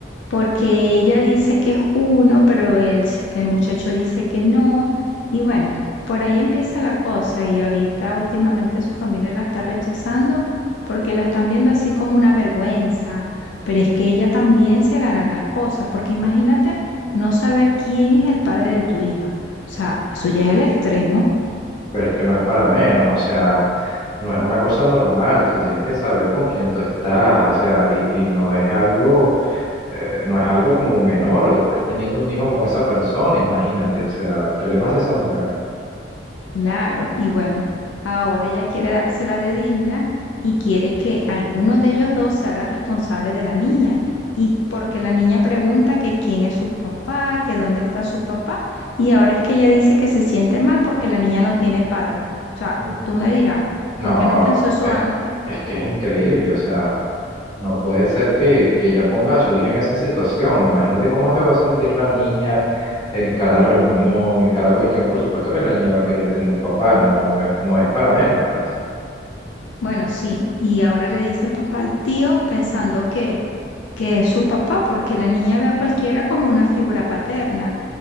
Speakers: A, on the left; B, on the left.
A: porque ella dice que es uno, pero el, s- el muchacho dice que no, y bueno, por ahí empieza la cosa y ahorita últimamente su familia la está rechazando porque la están viendo así como una vergüenza, pero es que ella también se gana las cosas, porque imagínate no saber quién es el padre de tu hija, o sea, eso ya es el extremo.
B: pero es que no es para menos, o sea. No es una cosa normal, tú tienes que saber con quién tú estás, o sea, y y no es algo eh, no es algo como menor, estás teniendo un hijo con esa persona, imagínate, o sea, ¿qué le pasa a esa mujer?
A: Claro, y bueno, ahora ella quiere dársela de digna y quiere que alguno de ellos dos se haga responsable de la niña. Y porque la niña pregunta que quién es su papá, que dónde está su papá, y ahora es que ella dice que se siente mal porque la niña no tiene padre. O sea,
B: In-
A: tú me dirás,
B: No,
A: ¿por qué no pensó eso
B: es,
A: antes?
B: es que es increíble, o sea, no puede ser que, que ella ponga a su hija en esa situación, imagínate cómo se va a sentir la niña en cada reunión, en cada cuestión, por supuesto que la niña va a querer tener un papá, no es, no es para menos, pues,
A: Bueno, sí, y ahora le dice papá al tío pensando que, que es su papá, porque la niña ve a cualquiera como una figura paterna.